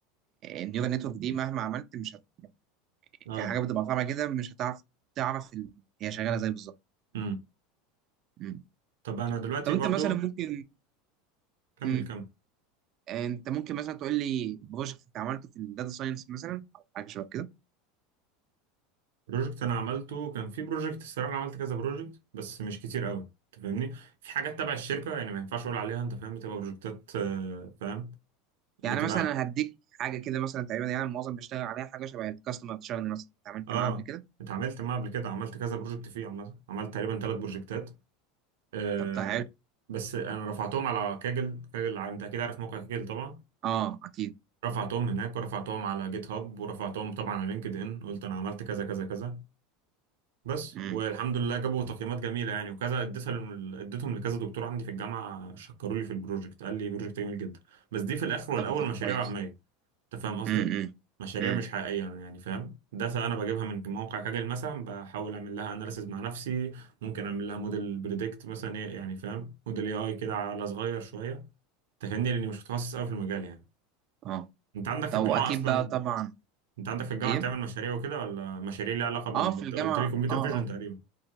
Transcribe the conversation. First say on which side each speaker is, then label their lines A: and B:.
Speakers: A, on the right; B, on the right.
A: النيورال نتورك دي مهما عملت مش هت...
B: اه
A: في حاجه بتبقى طالعه كده مش هتعرف تعرف ال... هي شغاله زي بالظبط
B: امم
A: مم.
B: طب انا دلوقتي
A: طب انت
B: برضو
A: مثلا ممكن
B: كمل
A: مم.
B: كمل
A: آه، انت ممكن مثلا تقول لي بروجكت انت عملته في الداتا ساينس مثلا او حاجه شبه كده
B: بروجكت انا عملته كان في بروجكت الصراحه انا عملت كذا بروجكت بس مش كتير قوي انت فاهمني في حاجات تبع الشركه يعني ما ينفعش اقول عليها انت فاهم بتبقى بروجكتات آه، فاهم بتبقى
A: يعني مثلا هديك حاجه كده مثلا تقريبا يعني معظم بيشتغل عليها حاجه شبه الكاستمر شغل مثلا انت عملت
B: اه
A: معاه قبل كده
B: اتعاملت معاه قبل كده عملت كذا بروجكت فيه عملت, عملت تقريبا ثلاث بروجكتات آه
A: طب تعال
B: بس انا رفعتهم على كاجل كاجل ع- انت اكيد عارف موقع كاجل طبعا
A: اه اكيد
B: رفعتهم هناك ورفعتهم على جيت هاب ورفعتهم طبعا على لينكد ان قلت انا عملت كذا كذا كذا بس
A: مم.
B: والحمد لله جابوا تقييمات جميله يعني وكذا اديتها لم- اديتهم لكذا دكتور عندي في الجامعه شكروا لي في البروجكت قال لي بروجكت جميل جدا بس دي في الاخر والاول
A: طب طب
B: مشاريع
A: كويس
B: وهميه انت فاهم قصدي
A: امم
B: مشاريع
A: امم
B: مش حقيقيه يعني فاهم داتا انا بجيبها من موقع كاجل مثلا بحاول اعمل لها اناليسيز مع نفسي ممكن اعمل لها موديل بريدكت مثلا ايه يعني فاهم موديل اي اي كده على صغير شويه تفهمني لاني مش متخصص قوي في المجال يعني
A: اه
B: انت عندك في
A: طب
B: الجامعه
A: واكيد
B: اصلا
A: بقى طبعا
B: انت عندك في الجامعه
A: ايه
B: بتعمل مشاريع وكده ولا مشاريع ليها علاقه بال
A: اه في
B: انت
A: الجامعه
B: قلت لي كمبيوتر
A: اه
B: فيجن
A: اه
B: تقريبا